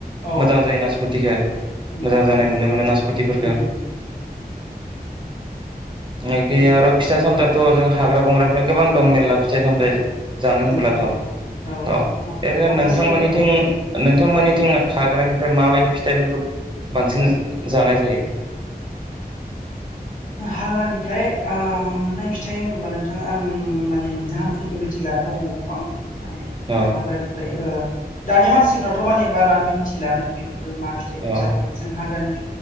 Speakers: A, on the left; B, on the right.
A: औ
B: मोजां जायो नासपतिखौ,
A: नंगौ
B: मोजां
A: नंगौ
B: जानाय नुनो मोनो नासपतफोरखौ
A: उम
B: एखे
A: बेबायदिनो
B: आरो फिथा सामथायाथ' जों हाग्रा बंग्राफ्रा गोबां दं मेर्ला फिथाइ सामथाइ जानो होनब्लाथ'
A: नंगौ नंगौ
B: औ,
A: औ
B: ओरैनो
A: माखासे
B: नोंथांमोननिथिं
A: औ
B: नोंथांमोननिथिं हाग्रानिफ्राय माबायदि फिथाइफोरखौ बांसिन जानाय जायो?
A: हाग्रानिफ्राय ओ मोननाय फिथाइ होनोबा नोंथाङा आं माने नामफोरखौ मिथिला दङ गोबां माने
B: अ
A: हाग्रानिफ्राय ओ दानि मानसिफ्राथ' माने बारा मिन्थिलानो बे ओ मा फिथाइखौ
B: अ
A: जाहायो जों हाग्रानि